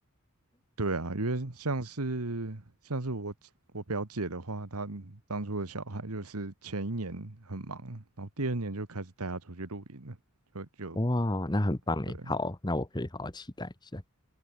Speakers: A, on the right; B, on the left.
A: 对啊，因为像是像是我我表姐的话，她当初的小孩就是前一年很忙，然后第二年就开始带他出去露营了，就就
B: 哇，那很棒诶，
A: 对。
B: 好，那我可以好好期待一下。